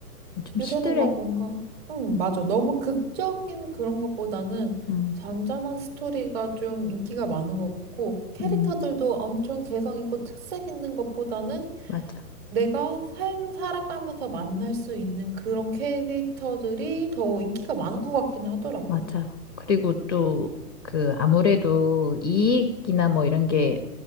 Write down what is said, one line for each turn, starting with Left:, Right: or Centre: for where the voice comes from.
Left: 좀
Right: 요새는
Left: 시들해.
Right: 막 뭔가, 음, 맞아. 너무 극적인 그런 것보다는
Left: 응,
Right: 잔잔한 스토리가 좀 인기가 많은 것 같고, 캐릭터들도
Left: 응,
Right: 엄청 개성 있고 특색 있는 것보다는
Left: 맞아.
Right: 내가 삶 살아가면서 만날 수 있는 그런 캐릭터들이 더 인기가 많은 것 같긴 하더라고.
Left: 맞아. 그리고 또 그 아무래도 이익이나 뭐 이런 게